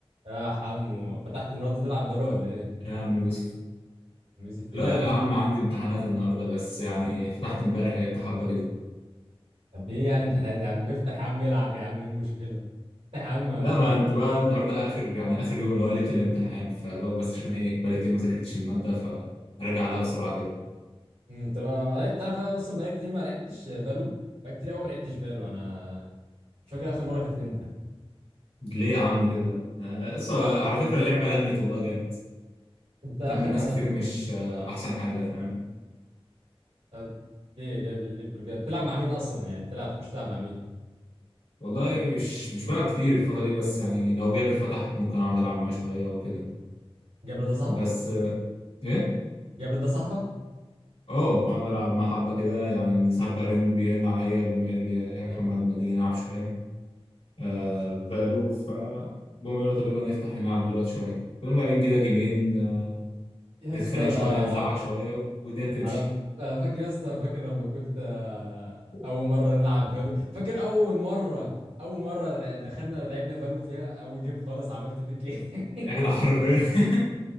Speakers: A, on the right; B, on the left.
A: يا حمو فتحت النهارده تلعب بالو ولا ايه؟
B: يا عم يوسف
A: ميسي في
B: لا
A: إيه؟ يا عم
B: يا
A: فتح
B: عم عندي امتحانات النهارده بس يعني فتحت امبارح لعبت حبه كده
A: طب ايه يعني امتحانات يا عم افتح يا عم العب يا عم ايه المشكله؟ افتح يا عم آه.
B: لا ما انت بقى النهارده اخر يعني اخر يوم اللي هو ليله الامتحان فدوك بس عشان ايه بقالي كتير ما ذاكرتش الماده فراجع عليها بسرعه كده
A: أمم، طب أنا- تعرف انا اصلا بقالي كتير ما لعبتش فالو بقالي كتير قوي ما لعبتش فالو انا مش فاكر اخر مره كانت امتى
B: ليه يا عم كده آه، أصل على فكره اللعبه لمت والله جامد
A: انت اخر
B: لمت ناس
A: انا
B: كتير
A: كنت
B: مش آه، احسن حاجه فاهم
A: آه، ليه كده ليه بتقول كده بتلعب مع مين اصلا يعني بتلعب تخش تلعب مع مين؟
B: والله مش مش بلعب كتير الفتره دي بس يعني لو جابر فتح ممكن اقعد العب معاه شويه وكده
A: جابر ده صاحبك؟
B: بس آه، ايه
A: جابر ده صاحبك؟
B: اه بقعد العب مع حبه كده يعني ساعات برن بيرن عليا بيقوم قايل لي يا محمد
A: ايوه
B: ما تيجي نلعب شويه آه في فالو ف بقوم قايل له طب يلا نفتح نلعب دلوقتي شويه فنقوم لاعبين كده جيمين آه،
A: يا
B: نتخانق
A: اسطى انا
B: شويه نزعق شويه والدنيا تمشي
A: على انا فاكر يا اسطى فاكر لما كنت آه،
B: <laughs>
A: اول مره نلعب فالو فاكر اول مره اول مره دخلنا لعبنا فالو فيها اول جيم خالص عملت فيك ايه <laughs>
B: احنا حرفيا <laughs>